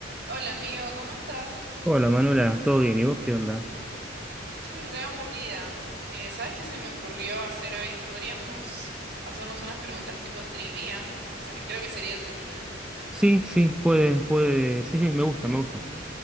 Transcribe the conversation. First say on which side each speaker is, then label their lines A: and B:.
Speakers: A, on the right (about 60°); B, in the centre.
A: Hola amigo, ¿cómo estás?
B: Hola Manuela, ¿todo bien? ¿Y vos qué onda?
A: Estoy re aburrida. Eh, ¿sabes qué se me ocurrió hacer hoy? Podríamos hacernos unas preguntas tipo trivia. No sé, creo que sería entretenido.
B: Sí, sí, puede, puede. Sí, sí, me gusta, me gusta.